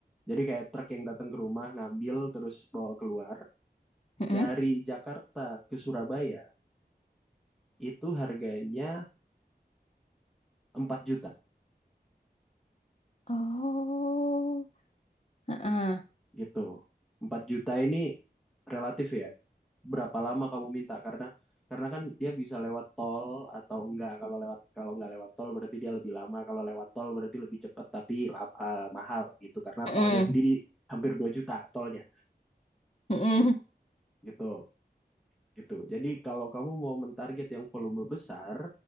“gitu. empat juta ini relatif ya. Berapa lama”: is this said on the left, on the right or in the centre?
Centre